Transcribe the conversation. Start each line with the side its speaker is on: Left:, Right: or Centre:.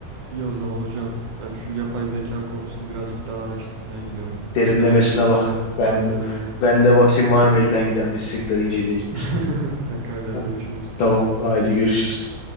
Right: İyi o zaman hocam. Ben şu yapay zeka konusunu birazcık daha araştırmaya gidiyorum.
Left: Derinlemesine
Right: Merak ettim
Left: bak.
Right: biraz.
Left: Ben
Right: Aynen öyle.
Left: ben de bakayım var mı elden giden meslekleri inceleyelim.
Right: <laughs> Pekala
Left: <laughs>
Right: görüşürüz.
Left: Tamam, hadi görüşürüz.